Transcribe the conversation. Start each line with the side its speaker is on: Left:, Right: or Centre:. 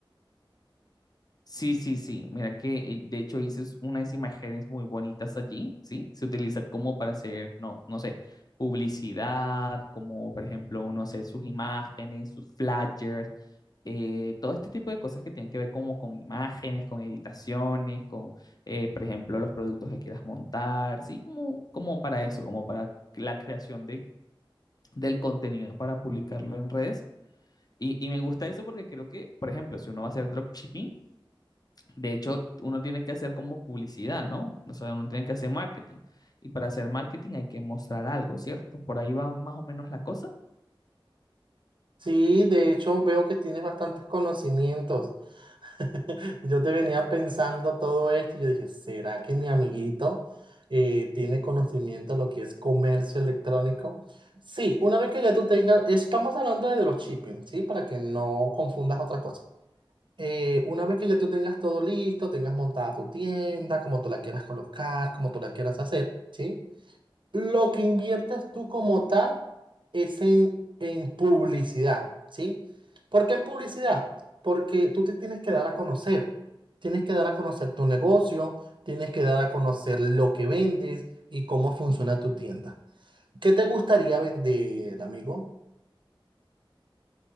Left: Sí, sí, sí. Mira que eh, de hecho hice unas imágenes muy bonitas allí, ¿sí? Se utiliza como para hacer, no, no sé, publicidad, como por ejemplo uno hacer sus imágenes, sus flyers, eh, todo este tipo de cosas que tienen que ver como con imágenes, con editaciones, con, eh, por ejemplo, los productos que quieras montar, ¿sí? Como, como para eso, como para la creación de, del contenido para publicarlo en redes. Y, y me gusta eso porque creo que, por ejemplo, si uno va a hacer dropshipping, de hecho, uno tiene que hacer como publicidad, ¿no? O sea, uno tiene que hacer marketing. Y para hacer marketing hay que mostrar algo, ¿cierto? Por ahí va más o menos la cosa.
Right: Sí, de hecho veo que tienes bastantes conocimientos. <laughs> Yo te venía pensando todo esto, yo dije, ¿será que mi amiguito eh, tiene conocimiento de lo que es comercio electrónico? Sí, una vez que ya tú tengas, estamos hablando de dropshipping, ¿sí? Para que no confundas otra cosa. Eh, una vez que ya tú tengas todo listo, tengas montada tu tienda, como tú la quieras colocar, como tú la quieras hacer, ¿sí? Lo que inviertes tú como tal es en, en publicidad, ¿sí? ¿Por qué en publicidad? Porque tú te tienes que dar a conocer. Tienes que dar a conocer tu negocio, tienes que dar a conocer lo que vendes y cómo funciona tu tienda. ¿Qué te gustaría vender, amigo?